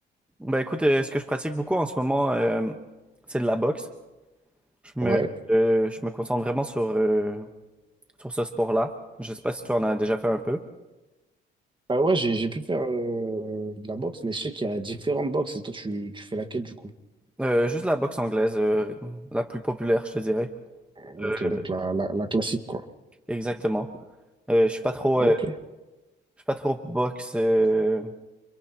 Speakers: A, in the centre; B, on the right.
A: ben écoute, euh, ce que je pratique beaucoup en ce moment, euh, c'est de la boxe. Je me,
B: Ouais.
A: euh, je me concentre vraiment sur, euh, sur ce sport-là. Je sais pas si tu en as déjà fait un peu.
B: Bah ouais, j'ai, j'ai pu faire euh, de la boxe, mais je sais qu'il y a différentes boxes et toi, tu, tu fais laquelle, du coup?
A: Euh, juste la boxe anglaise, euh, la plus populaire, je te dirais.
B: Ok, donc
A: Euh,
B: la, la, la classique, quoi.
A: exactement. Euh, je suis pas trop,
B: Ok.
A: euh, je suis pas trop boxe, euh,